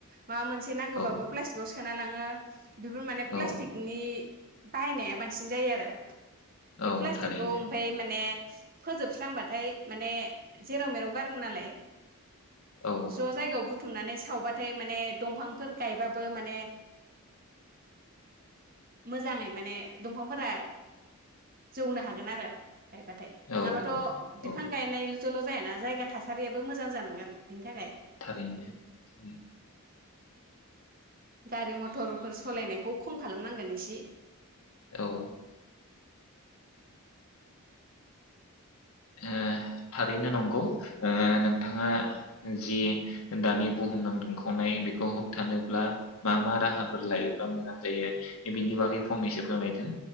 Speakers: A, on the right; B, on the left.
A: माबा मोनसे नांगौब्लाबो
B: औ
A: प्लास्तिकाव सो सोना लाङो बेफोर माने
B: औ
A: प्लास्टिकनि बाहायनाया बांसिन जायो आरो बे
B: औ
A: प्लास्टिकखौ
B: थारैनो
A: ओमफाय माने फोजोबस्रांबाथाय माने जेराव मेराव गारो नालाय
B: औ
A: ज' जायगायाव बुथ बुथुमनानै सावबाथाय माने दंफांफोर गायबाबो माने मोजाङै माने दंफांफोरा जौनो हागोन आरो । गायबाथाय नङाबाथ'
B: औ औ
A: बिफां
B: औ
A: गायनाय जोंल जायाना जायगा थासारियाबो मोजां जानांगोन बिनि थाखाय
B: थारैनो उम
A: गारि मथ टरफोर सालायनायखौ खम खालामनांगोन एसे
B: औ ओ थारैनो नंगौ ओ नोंथाङा जि दानि बुहुमनां दुंखावनाय बेखौ होबथानोब्ला मा मा राहाफोर लायोब्ला मोजां जायो बिनि बागै फंनैसो फोरमायदों